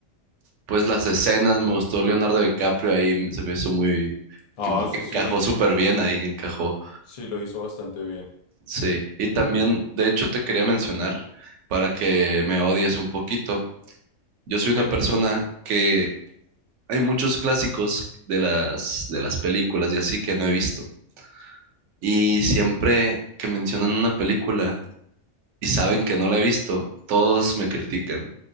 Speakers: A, on the right; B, on the left.
A: pues las escenas, me gustó Leonardo DiCaprio ahí, se me hizo muy,
B: Ah,
A: que,
B: sí,
A: que encajó
B: sí,
A: súper bien ahí, encajó,
B: sí, lo hizo bastante bien.
A: sí. Y también,
B: Hmm,
A: de hecho, te quería mencionar, para que me odies un poquito, yo soy
B: ok,
A: una persona que hay muchos clásicos de las, de las películas y así que no he visto. Y siempre que mencionan una película, y saben que no la he visto. Todos me critican.